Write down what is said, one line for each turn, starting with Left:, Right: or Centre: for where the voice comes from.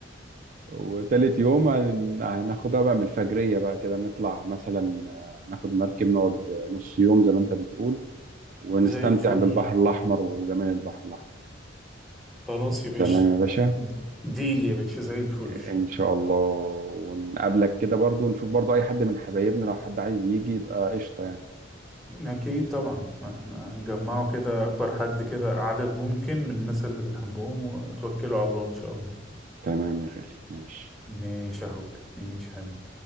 Right: وتالت يوم هن- هناخدها بقى من الفجرية بقى كده نطلع مثلا آه، ناخد مركب نقعد نص يوم زي ما أنت بتقول ونستمتع
Centre: زي الفل
Right: بالبحر الأحمر وجمال البحر الأحمر
Centre: خلاص يا باشا
Right: تمام يا باشا
Centre: د- ديل يا باشا زي الفل
Right: إن شاء الله ونقابلك كده برضو ونشوف برضو أي حد من حبايبنا لو حد عايز يجي يبقى قشطة يعني
Centre: أكيد طبعا احنا نجمعه كده أكبر حد كده عدد ممكن من الناس اللي بنحبهم وتوكلوا على الله إن شاء الله
Right: تمام يا غالي ماشي
Centre: ماشي يا حبيبي ماشي يا حبيبي